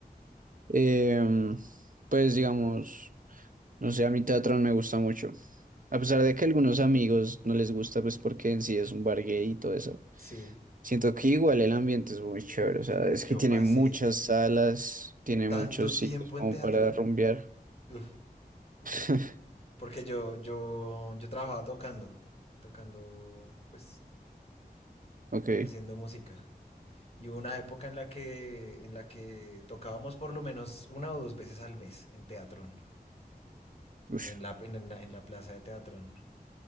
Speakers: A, on the right; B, on the left.
A: Em, pues digamos, no sé, a mí Teatrón me gusta mucho. A pesar de que a algunos amigos no les gusta, pues porque en sí es un bar gay y todo eso.
B: Sí,
A: Siento que igual el ambiente es muy chévere, o sea,
B: yo
A: es que tiene
B: pasé
A: muchas salas, tiene
B: tanto
A: muchos sitios
B: tiempo
A: como
B: en Teatrón,
A: para rumbear.
B: uf,
A: <laughs>
B: porque yo, yo, yo trabajaba tocando, tocando, pues,
A: Ok,
B: haciendo música. Y hubo una época en la que, en la que tocábamos por lo menos una o dos veces al mes en Teatrón.
A: ush.
B: En la, en, la, en la plaza de Teatrón.